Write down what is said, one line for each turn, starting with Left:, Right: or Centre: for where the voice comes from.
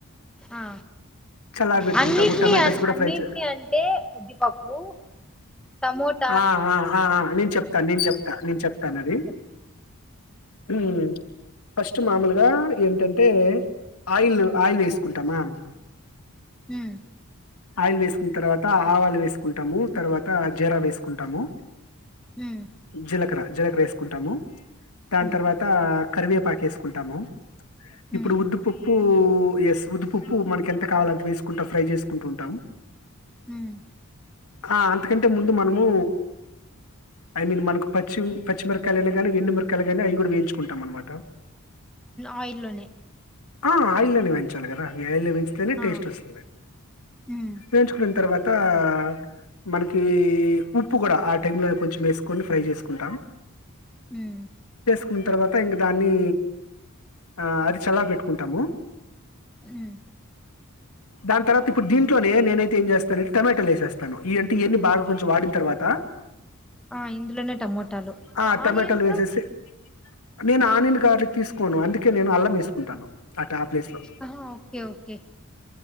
Centre: ఆ
Left: చల్లారబెట్టుకుంటాము.
Centre: అన్నింటిని
Left: టొమాటోస్ కూడా
Centre: అన్నింటినీ
Left: ఫ్రై చే
Centre: అంటే ఉద్దిపప్పు టమోట
Left: ఆ ఆ నేను చెప్తాను నేను చెప్తా నేను చెప్తాను అది
Centre: ఆ చెప్పండి
Left: ఉమ్ ఫస్ట్ మామూలుగా ఏంటంటే ఆయిల్ ఆయిల్ వేసుకుంటామా
Centre: ఉమ్
Left: ఆయిల్ వేసుకున్న తర్వాత ఆవాలు వేసుకుంటాము తర్వాత జీరా వేసుకుంటాము
Centre: ఉమ్
Left: జీలకర్ర జీలకర్ర వేసుకుంటాము దాని
Centre: ఉమ్
Left: తర్వాత కరివేపాక వేసుకుంటాము ఇప్పుడు
Centre: ఉమ్
Left: ఉద్దుపప్పు ఎస్ ఉదిపప్పు మనకి ఎంత కావాలంత వేసుకుంటా ఫ్రై చేసుకుంటు ఉంటాము
Centre: హమ్
Left: ఆ అంతకంటే ముందు మనము ఐ మీన్ మనకు పచ్చి పచ్చిమిరకాయనా గానీ వెండుమిిరకాయలు కానీ అవి కూడా వేయించుకుంటాం అనమాట
Centre: ఆయిల్ లోనే
Left: ఆ ఆయిల్ లోనే వేయించాలి కదా వేయిలె స్తేనే టేస్ట్
Centre: ఆ
Left: వస్తది
Centre: ఉమ్
Left: వేంచుకున్న తర్వాత త మనకి ఉప్పు కూడా ఆ టైమ్ లోనే కొంచెం వేసుకొని ఫ్రై చేసుకుంటాం
Centre: హుమ్
Left: న్న తర్వాత ఇంక దాన్ని ఆ అది చల్ల పెట్టుకుంటాము
Centre: ఉమ్
Left: దాని తర్వాత ఇప్పుడు దీంలోనే నేన అైతే ఏం చేస్తానంటే టొమాటాలు వేస్తాను ఈ అంటే ఇవన్న బా కొంచెం వాడి తర్వాత
Centre: ఆ ఇందులోనే టమోటాలు
Left: ఆ టమాటాలు
Centre: ఆనియన్స్
Left: వేసేసి నేను ఆనియన్ గార్లిక్ తీసుకోను అందుకే నేను అల్లం వేసుకుంటాను అట ఆ ప్లేస్ లో
Centre: ఆహా ఓకే ఓకే